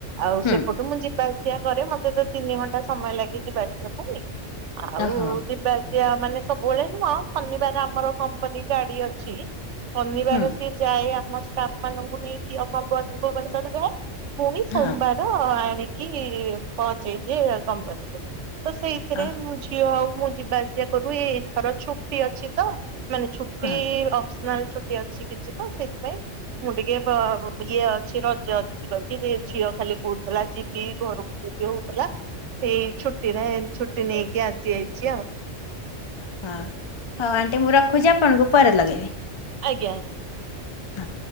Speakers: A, on the right (about 70°); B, on the left (about 40°).
A: ଆଉ
B: ହୁଁ
A: ସେପଟୁ ମୁଁ ଯିବା ସେୟା କରେ ମତେ ତ ତିନି ଘଣ୍ଟା ସମୟ ଲାଗେ ଯିବା ଆସିବାକୁ ହି। ଆଉ
B: ଓହୋ
A: ଯିବା ସେଆ ମାନେ ସବୁବେଳେ ନୁହଁ ଶନିବାର ଆମର କମ୍ପାନୀ ଗାଡି ଅଛି। ଶନିବାର
B: ହୁଁ
A: ସିଏ ଯାଏ ଆମର ତାପ ମାନଙ୍କୁ ନେଇକି ଆଉ ଭବନ ଭୁବନେଶ୍ଵରରେ ଯାଏ। ପୁଣି ସୋମବାର
B: ହଁ
A: ଆ ନେଇକି ପହଞ୍ଚେଇଦିଏ କମ୍ପାନୀରେ। ତ ସେଇଥିରେ
B: ହଁ
A: ମୁଁ ଝିଅ ଆଉ ମୁଁ ଯିବା ଆସିବା କରିବୁ ଏଇଥର ଛୁଟି ଅଛି ତ ମାନେ ଛୁଟି
B: ହଁ।
A: ଅ ନହେଲେ ଛୁଟି ଅଛି କିଛି ତ ସେଇଥିପାଇଁ ମୁଁ ଟିକେ ପ ଇଏ ଅଛି ରଜ ଅଛି କହିକି ଝିଅ ଖାଲି କହୁଥିଲା ଯିବି ଘରକୁ ଯିବି ହଉଥିଲା ଏଇ ଛୁଟିରେ ଛୁଟି ନେଇକି ଆସି ଯାଇଛି ଆଉ।
B: ଓହୋ ହଉ ଆଣ୍ଟି ମୁଁ ରଖୁଛି ଆପଣଙ୍କୁ ପରେ ଲଗେଇବି।
A: ଆଜ୍ଞା।
B: ହଁ